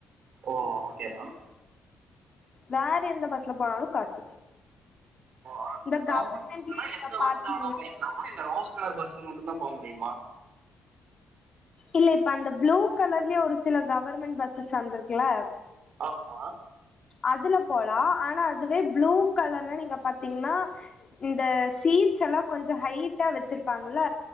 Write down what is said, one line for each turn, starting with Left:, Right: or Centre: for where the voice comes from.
Right: ஓ ஓக்கே மேம்
Left: வேற எந்த பஸ்ல போனாலு காசு
Right: ஓ
Left: இந்த
Right: கௌவர்மண்ட்
Left: கவர்மெண்ட்லயே
Right: பஸ்ல வேனா
Left: நீங்க
Right: எந்த பஸ்ல
Left: பாத்தீங்கன்னா
Right: வேணா போய்கலாமா இல்ல ரோஸ் கலர் பஸ்ல மட்டு தா போ முடியுமா
Left: இல்ல இப்ப அந்த ப்ளூ கலர்லையே ஒரு சில கௌவர்மண்டட் பஸ்ஸஸ் வந்திருக்குல
Right: ஆமா
Left: அதுல போலா ஆனா அதுவே ப்ளூ கலர்ல நீங்க பாத்தீங்ன்னா இந்த சீட்ஸ் எல்லா கொஞ்சோ ஹைட்டா வச்சிருப்பாங்கல